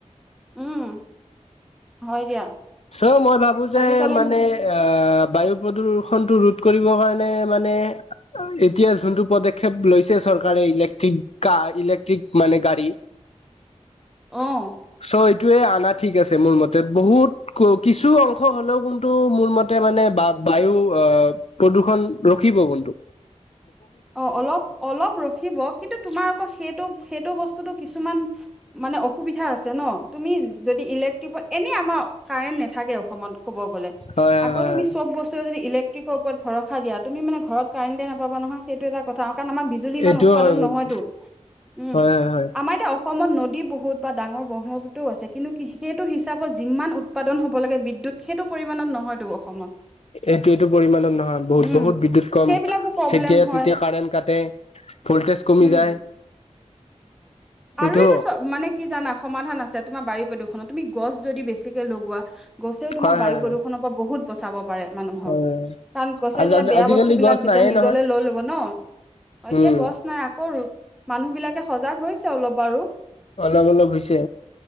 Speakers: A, in the centre; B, on the left.
A: উম হয় দিয়া।
B: চৌ মই ভাবো যে
A: আজিকালি
B: মানে অ বায়ু প্ৰদূ্ষণটো ৰোধ কৰিব কাৰণে মানে এতিয়া যোনটো পদক্ষেপ লৈছে চৰকাৰে ইলেক্ট্ৰিক কাৰ ইলেক্ট্ৰিক মানে গাড়ী
A: আহ <unintelligible>
B: চ' এইটোয়ে আনা ঠিক আছে মোৰ মতে বহুত কিছু অংশ হ'লেও কিন্তু মোৰ মতে মানে বা বায়ু অ প্ৰদূষণ ৰখি ৰাখিব কোনতো
A: অ অলপ অলপ ৰখিব কিন্তু তোমাৰ আকৌ সেই সেইটো বস্তুতটো কিছুমান মানে অসুবিধা আছে ন তুমি যদি ইলেক্ট্ৰিক এনে আমাৰ কাৰেন্ট নাথাকে অসমত ক'ব গলে
B: হয় হয়
A: আকৌ
B: হয়
A: তুমি চব বস্তু যদি ইলে ইলেক্ট্ৰনিক ৰ ওপৰত ভৰসা দিয়া মানে ঘৰত কাৰেণ্টে নাপাব নহয় সেইটো এটা কথা কাৰণ আমাৰ বিজুলী ইমান
B: এইটোও
A: উৎপাদন
B: হয় কিন্তু
A: নহয়তো উম
B: হয় হয় হয়
A: আমাৰ এতিয়া অসমত নদী বহুত বা ডাঙৰ ব্ৰহ্মপু্ৰও আছে কিন্তু কি সেইটো হিচাপত যিমান উৎপাদন হ'ব লাগে বিদ্যু য়ত সেইটো পৰিমাণত নহয়তো অসমত
B: এইটো এইটো পৰিমণত নহয় বহুত
A: উম
B: বহুত বিদ্যুত কম
A: সেইবিলাকো প্ৰব্লেম
B: যেতিয়াই
A: হয়
B: তেতিয়া কাৰেণ্ট কাটে ভল্টে টেচকমি
A: উম
B: যায়
A: আৰু
B: এইটো
A: এটা মানে কি জানা সমাধান আছে তোমাৰ বায়ু প্ৰদূষণত তুমি গছ যদি বেছিকে লগোৱা গছেও তোমাৰ
B: হয়
A: বায়ু
B: হয় হয়
A: প্ৰদূষণৰ পৰা বহুত বচাব পাৰে। মানুহক।
B: হয় হয়
A: কাৰণ গছে যেতিয়া
B: আজ আজি
A: বেয়া
B: আজিকালি
A: বস্তু বিলাক
B: গছ
A: যেতিয়া
B: নাহে
A: নিজলে
B: নহয়
A: লৈ ল'ব ন এতিয়া
B: উম
A: গছ নাই আকৌ মানুহ বিলাকে সজাগ হৈছে অলপ বাৰু
B: অলপ অলপ হৈছে।